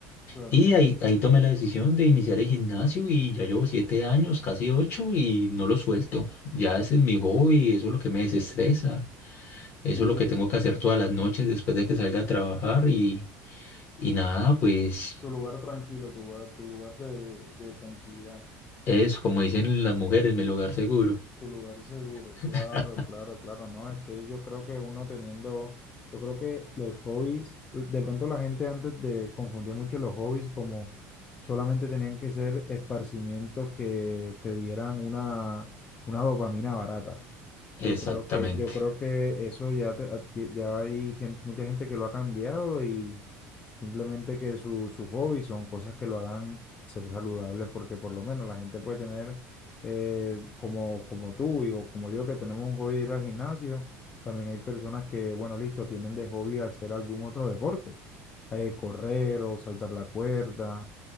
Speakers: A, on the left; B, on the left.
A: Claro,
B: Y ahí, ahí tomé la decisión de iniciar el gimnasio y ya llevo siete años, casi ocho, y no lo suelto. Ya ese es mi hobby, eso es lo que me desestresa,
A: sí,
B: eso es
A: sí,
B: lo
A: es
B: que tengo que hacer todas las noches después de que salga a trabajar y, y nada, pues
A: tu lugar tranquilo, tu, lugar- tu lugar de, de tranquilidad.
B: es como dicen las mujeres, mi lugar seguro.
A: Tu lugar seguro,
B: <laughs>
A: claro, claro, claro, no, es que yo creo que uno teniendo, yo creo que los hobbies, de pronto la gente antes de confundía mucho los hobbies como solamente tenían que ser esparcimientos que te dieran una, una dopamina barata.
B: Exactamente,
A: Yo creo que, yo creo que eso ya, te- a ti- ya hay gente, mucha gente que lo ha cambiado y, Simplemente que su, sus hobbies son cosas que lo hagan ser saludable, porque por lo menos la gente puede tener, eh, como, como tú y, o como yo, que tenemos un hobby de ir al gimnasio, también hay personas que, bueno, listo, tienen de hobby hacer algún otro deporte, eh, correr o saltar la cuerda,